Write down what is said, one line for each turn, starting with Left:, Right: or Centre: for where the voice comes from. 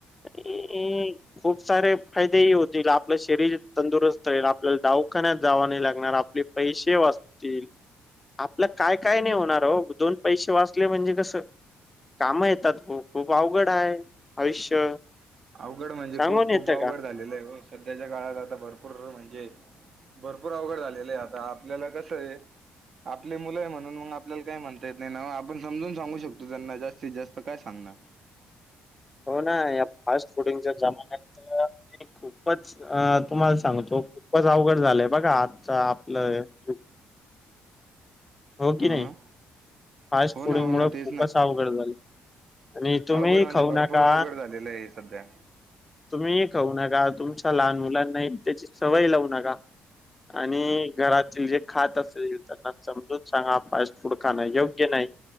Left: आणि खूप सारे फायदेही होतील आपलं शरीर तंदुरुस्त राहील आपल्याला दवाखान्यात जावा नाही लागणार. आपले पैसे वाचतील आपल काय काय नाही होणार ओ दोन पैसे वाच त म्हणजे कस काम येतात खूप खूप अवघड आहे आयुष्य.
Right: अवघड म्हणजे
Left: सांगून
Right: खूप खूप
Left: येतं
Right: अवघड
Left: का?
Right: झालेलं आहे सध्याच्या काळात आता भरपूर म्हणजे भरपूर अवघड झालेलं आहे आता आपल्याला कसंय आपले मुलं आहे म्हणून मग आपल्याला काय म्हणता येत नाही, ना आपण समजून सांगू शकतो त्यांना जास्तीत जास्त काय सांगणार‌
Left: हो ना या फास्ट फुडिंगच्या जमान्यात तर खूपच अ तुम्हाला सांगतो खूपच अवघड झालंय बघा आजचा आपलं युग. हो की
Right: हा
Left: नाही फास्ट
Right: हो
Left: फूड
Right: ना हो
Left: मुळ
Right: ना
Left: खूपच
Right: तेच ना
Left: अवघड झालय. आणि तुम्हीही
Right: अवघड म्हणजे
Left: खाऊ
Right: भरपूर
Left: नका.
Right: अवघड झालेलं आहे सध्या
Left: तुम्ही खाऊ नका तुमच्या लहान मुलांना एक त्याची सवय लावू नका. आणि घरातील जे खात असतील त्यांना समजून सांगा फास्ट फूड खाणं योग्य नाही.